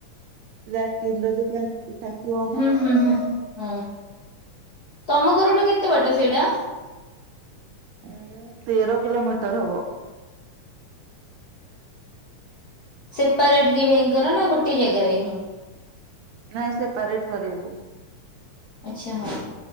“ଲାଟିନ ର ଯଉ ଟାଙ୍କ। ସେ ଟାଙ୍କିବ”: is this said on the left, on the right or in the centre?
Right